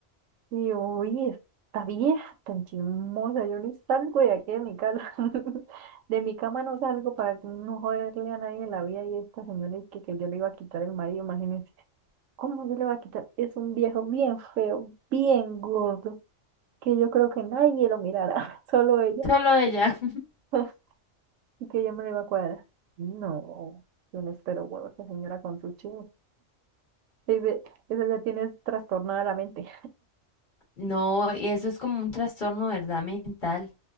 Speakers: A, on the right; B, on the left.
A: Y yo, oye, esta vieja tan chismosa, yo ni salgo de aquí de mi casa. <laughs> De mi cama no salgo para no joderle a nadie la vida y esta señora es que, que yo le iba a quitar el marido, imagínense. ¿Cómo se le va a quitar? Es un viejo bien feo, bien gordo, que yo creo que nadie lo mirará, <laughs> solo ella,
B: Solo ella. <laughs>
A: <laughs> y que ella me lo iba a cuadrar. No, yo no espero huevos, esa señora con su chino. Dice, esa ya tiene trastornada la mente.
B: No, y eso es como un trastorno, ¿verdad? Mental,